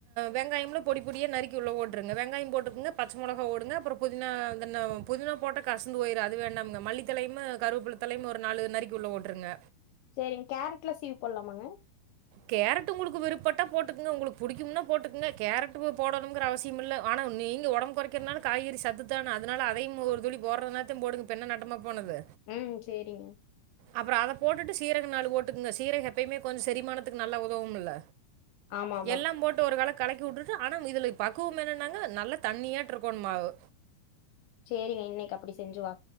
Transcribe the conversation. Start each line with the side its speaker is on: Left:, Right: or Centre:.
Right: வெங்காயம்ல பொடி பொடியா நறுக்கி உள்ள போட்டுருங்க வெங்காயம் போட்டுக்கோங்க பச்சை மிளகா போடுங்க அப்புறம் புதினா இருந்துனா புதினா போட்ட கசந்து போயிடும் அது வேண்டாம்ங்க மல்லித்தலையேயும் கருவேப்புலத்தலையும் ஒரு நாலுது நறுக்கி உள்ள போட்டுருங்க
Left: செரிங்க கேரட்ல சீவி போடலாமாங்க
Right: கேரட் உங்களுக்கு விருப்ப பட்டா போட்டுக்கோங்க உங்களுக்கு புடிக்கும்னா போட்டுக்கோங்க கேரட் போடணுங்கிற அவசியம் இல்ல ஆனா நீங்க உடம்பு குறைக்கிறதுனால காய்கறி சத்துத்தான அதனால அதையும் ஒரு துளி போடுறதுனத்தையும் போடுங்க இப்பெண்ண நட்டமா போனது?
Left: ஹும் செரிங்க
Right: அப்புறம் அத போட்டுட்டு சீரகம் நாலு போட்டுக்கங்க சீரக எப்பயுமே கொஞ்சோ செரிமானத்துக்கு நல்ல உதவும் இல்ல
Left: ஆமா ஆமா
Right: எல்லாம் போட்டு ஒரு கலக்கு கடைக்கி விட்டுட்டு ஆனா இதுல பக்குவம் என்னும்னாங்க நல்லா தண்ணியா இருக்கோனு மாவு
Left: செரிங்க இன்னைக்கு அப்படி செஞ்சு பா